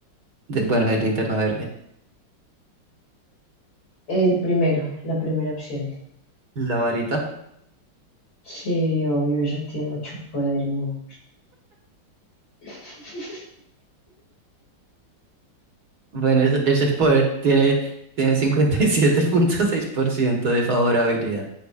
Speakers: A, on the right; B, on the left.
A: de- bueno, de Linterna Verde.
B: El primero, la primera opción.
A: La varita,
B: Sí, obvio, ella tiene mucho poder, mo. <laughs>
A: bueno, ese, ese poder tiene, tiene cincuenta y siete punto seis por ciento de favorabilidad.